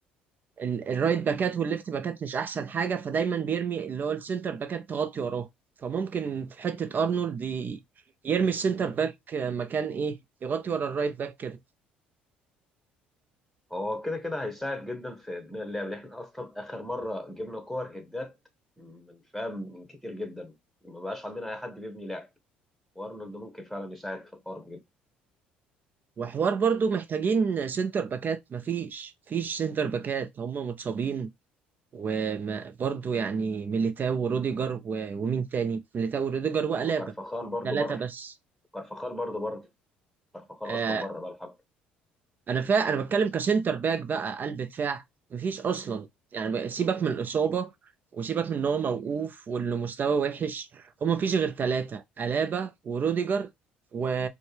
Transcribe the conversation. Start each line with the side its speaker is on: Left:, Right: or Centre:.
Right: ال- الرايت باكات والليفت باكات مش احسن حاجة فدايما بيرمي اللي هو السنتر باكات تغطي وراه فممكن في حتة ارنولد ي- يرمي السنتر باك مكان ايه يغطي ورا الرايت باك كده
Centre: هو كده كده هيساعد جدا في بناء اللعب لأن احنا اصلا اخر مره جبنا كور هدات من فاهم من كتير جدا ما بقاش عندنا اي حد بيبني لعب وارنولد ممكن فعلا يساعد في الحوار ده جدا
Right: وحوار برضو محتاجين سنتر باكات مفيش مفيش سنتر باكات هم متصابين وبرضو يعني ميليتاو وروديجر و- ومين تاني ميليتاو وروديجر وألابا
Centre: وكارفخال برضه
Right: ثلاثة
Centre: بره
Right: بس
Centre: كارفخال برضه بره كارفخال
Right: آه
Centre: اصلا بره بقى الحب
Right: أنا فا أنا بتكلم كسنتر باك بقى قلب دفاع مفيش أصلا يعني بقى- سيبك من الإصابة وسيبك من إن هو موقوف وإنه مستواه وحش هم مفيش غير ثلاثة ألابا وروديجر و...